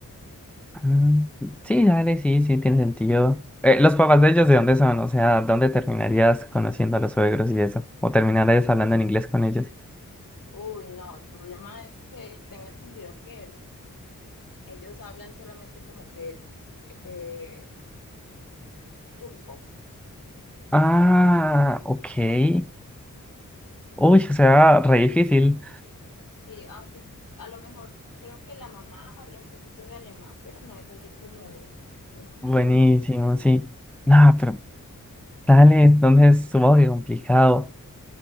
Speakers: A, in the centre; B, on the left.
A: Mm, Sí, dale, sí, sí, tiene sentido. Eh, ¿los papás de ellos de dónde son? O sea, ¿dónde terminarías conociendo a los suegros y eso? ¿O terminarías hablando en inglés con ellos?
B: Uy, no, el problema es que tengo entendido que ellos hablan solamente como que, que turco.
A: Ah, ok. Uy, o sea, re difícil.
B: Sí, aunque a lo mejor creo que la mamá habla un poquito de alemán, pero no es así como un
A: Buenísimo,
B: alemán.
A: sí. No, pero dale, entonces supongo que complicado.